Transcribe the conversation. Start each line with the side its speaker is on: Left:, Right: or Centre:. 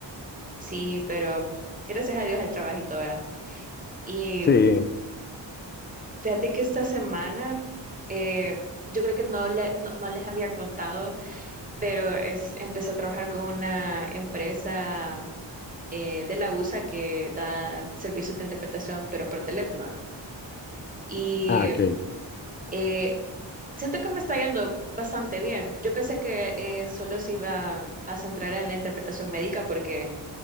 Right: Sí, pero gracias a Dios hay trabajito, ¿verdad? Y
Left: Sí.
Right: fíjate que esta semana, eh, yo creo que no, le- no, no les había contado, pero es, empecé a trabajar con una empresa. eh, de la USA que da servicios de interpretación, pero por teléfono. Y
Left: Ah, ok.
Right: eh, siento que me está yendo bastante bien. Yo pensé que eh, solo se iba a centrar en la interpretación médica porque